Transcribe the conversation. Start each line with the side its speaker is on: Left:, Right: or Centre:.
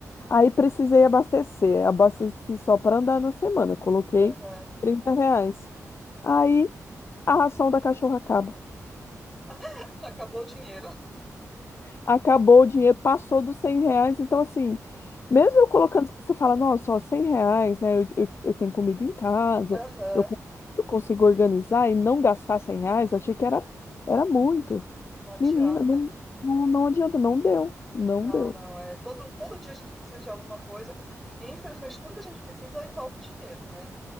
Left: Aí precisei abastecer. Abasteci só para andar na semana. Coloquei
Centre: aham.
Left: 30 reais. Aí a ração da cachorra acaba.
Centre: <laughs> Acabou o dinheiro.
Left: acabou o dinheiro, passou dos 100 reais. Então, assim,
Centre: Hum,
Left: mesmo eu colocando, que você fala, nossa, ó, 100 reais, né? Eu, eu, eu tenho comida em casa,
Centre: Aham,
Left: eu, con- eu consigo organizar e não gastar 100 reais, achei que era, era muito.
Centre: não adianta.
Left: Menina, não, não, não adianta, não deu, não
Centre: Não,
Left: deu.
Centre: não, é todo, todo dia a gente precisa de alguma coisa e infelizmente tudo que a gente precisa envolve dinheiro, né?